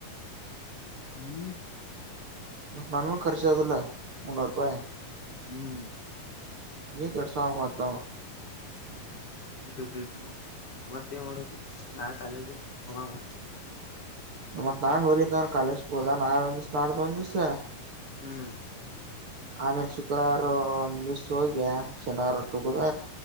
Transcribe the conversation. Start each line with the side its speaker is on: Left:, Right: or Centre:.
Left: ಹ್ಮ್
Right: ನಾನು ಖರ್ಚ ಆಗಲ್ಲ ಮುನ್ನೂರು ರೂಪಾಯಿ
Left: ಹ್ಮ್
Right: ತಿ ಕಷ ಮಾತ
Left: ುಟ ಮತ್ತೆ ಮಾಡೋುದು ನಾಳ ಕಾಲ ಹಾಮಾನ
Right: ನಮ್ಮತ್ ನಾಡ್ ಹೋಲಿಕ್ಕೆಂದ ಕಾಲೇಜ್ ಹೋದಾ ನಾಳ ಒಂದ ದಿವ್ಸ ನಾಡ್ದ ಒಂದ ದಿವ್ಸ
Left: ಹ್ಮ್
Right: ಆಮೇಲೆ ಶುಕ್ರವಾರು ಒಂದ್ ದಿವ್ಸ ಹೋಗ್ಯ ಶನಿವಾರುಟ್ಟುಕುದ